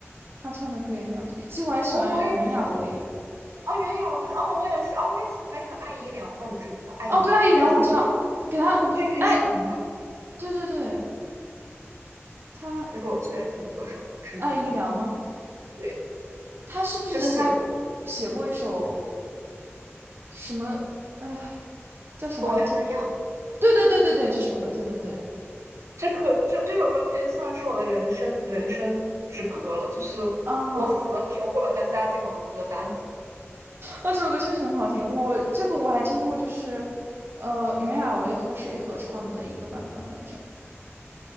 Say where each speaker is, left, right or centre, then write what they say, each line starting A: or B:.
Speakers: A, on the right; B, on the right.
A: 他唱的歌也挺好听。其实我还喜欢袁娅维。
B: 哦，我也是。哦，袁娅维，哦，我也是。哦，我还喜我还喜欢艾怡良，不知道你知不知道艾怡良？
A: 哦，对，艾姨良我知道，
B: 我特别喜欢，
A: 给他，
B: 我巨喜欢她，
A: 哎，对对对，他
B: 这是我最爱的女歌手之一。
A: 爱姨良吗？
B: 对，
A: 他是不是写
B: 就是她
A: 写过一首什么？呃，叫什么？
B: 《Forever
A: 还挺……
B: Young》。
A: 对对对对对，这首歌，对对对，
B: 这可这这首歌可以算是我的人生人生之歌了，就是我死的时候会把它加进我的歌单。
A: 啊，那这首歌确实很好听。我这个我还听过，就是呃，袁娅维和谁合唱的一个版本来着？